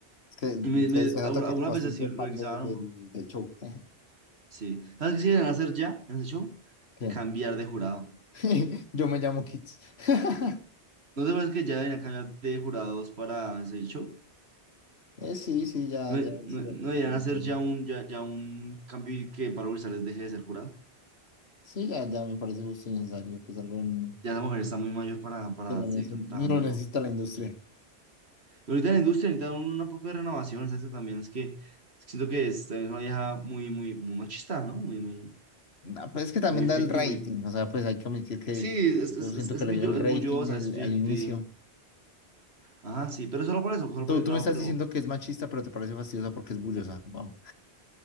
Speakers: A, on the left; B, on the right.
A: que
B: Y me, me,
A: se, se nota
B: alguna-
A: que
B: algunas
A: es bastante
B: veces sí lo
A: fan
B: realizaban
A: de- del
B: uno.
A: del show. <laughs>
B: Sí. ¿Sabes qué sí deberían hacer ya en ese show?
A: ¿Qué?
B: Cambiar de jurado.
A: <laughs> Yo me llamo Kids. <laughs>
B: ¿No te parece que ya deberían cambiar de jurados para ese show?
A: Eh, sí, sí, ya,
B: No,
A: ya,
B: no,
A: sí, ya,
B: no
A: justo
B: deberían
A: y necesario.
B: hacer ya un, ya, ya un cambio y que Pablo Grisales deje de ser jurado.
A: Sí, ya, ya me parece justo y necesario que salga un,
B: Ya esa mujer está muy mayor para, para
A: que lo nece-
B: seguir trabajando
A: lo
B: eso.
A: necesita la industria.
B: Pero ahorita en la industria necesitan un, un poco de renovación, exacto, también es que es que siento que es, es una vieja muy, muy, muy machista, ¿no? Muy, muy,
A: No, pues es que también
B: pues muy
A: da
B: ficti,
A: el rating,
B: muy...
A: o sea, pues hay que admitir que,
B: Sí,
A: que
B: es,
A: yo
B: es,
A: siento
B: es, es,
A: que le
B: billo-
A: dio el rating
B: es bullosa,
A: el-
B: es ficti.
A: al inicio.
B: Ajá, sí, pero solo por eso, solo
A: Tú,
B: por el
A: tú
B: drama,
A: me estás
B: pero...
A: diciendo que es machista, pero te parece fastidiosa porque es bullosa, wow.